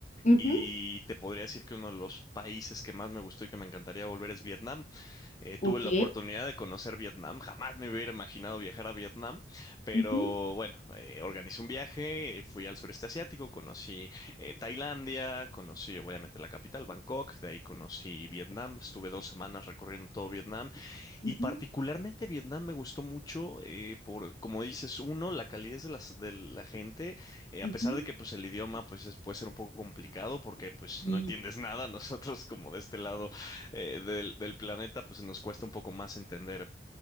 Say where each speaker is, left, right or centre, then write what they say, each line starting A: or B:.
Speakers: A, on the left; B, on the left.
A: Ujú,
B: y te podría decir que uno de los países que más me gustó y que me encantaría volver es Vietnam. Eh,
A: Ok.
B: tuve la oportunidad de conocer Vietnam, jamás me hubiera imaginado viajar a Vietnam, pero
A: ujú,
B: bueno, eh, organicé un viaje, eh, fui al sureste asiático, conocí eh, Tailandia, conocí obviamente la capital, Bangkok, de ahí conocí Vietnam, estuve dos semanas recorriendo todo Vietnam
A: ujú,
B: y particularmente Vietnam me gustó mucho eh, por, como dices, uno, la calidez de, las, de la gente, eh,
A: ujú,
B: a pesar de que pues el idioma pues es- puede ser un poco complicado porque pues
A: Sí.
B: no entiendes nada, <laughs> nosotros como de este lado eh, del, del planeta pues nos cuesta un poco más entender